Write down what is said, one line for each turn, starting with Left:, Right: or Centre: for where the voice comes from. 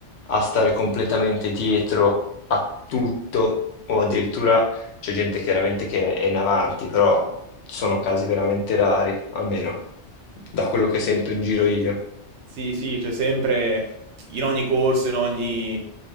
Left: a stare completamente dietro a tutto, o addirittura c'è gente chiaramente che è in avanti, però sono casi veramente rari, almeno da quello che sento in giro io.
Right: Sì, sì, c'è sempre, in ogni corso, in ogni,